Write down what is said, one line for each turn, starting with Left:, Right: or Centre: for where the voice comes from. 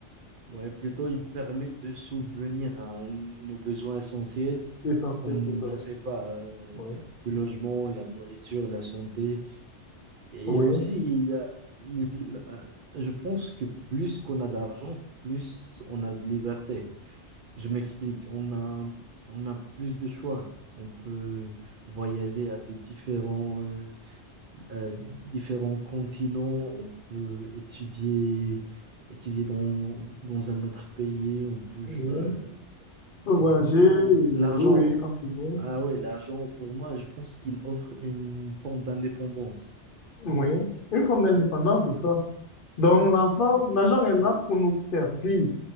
Right: ouais, plutôt il permet de souvenir à nos besoins essentiels
Left: L'essentiel,
Right: comme
Left: c'est ça.
Right: je sais pas euh,
Left: Oui,
Right: le logement, la nourriture, la santé et
Left: oui,
Right: aussi il y a- il euh, je pense que plus qu'on a d'argent, plus on a de liberté. Je m'explique, on a, on a plus de choix. On peut voyager à des différents, euh, euh, différents continents, on peut étudier, étudier dans, dans un autre pays, on peut...
Left: oui.
Right: euh,
Left: On peut voyager, et-
Right: il- l'argent,
Left: oui, oui, comme tu dis.
Right: ah ouais, l'argent pour moi, je pense qu'il offre une forme d'indépendance.
Left: Oui, une forme d'indépendance, c'est ça. Donc, l'enfant, l'argent est là pour nous servir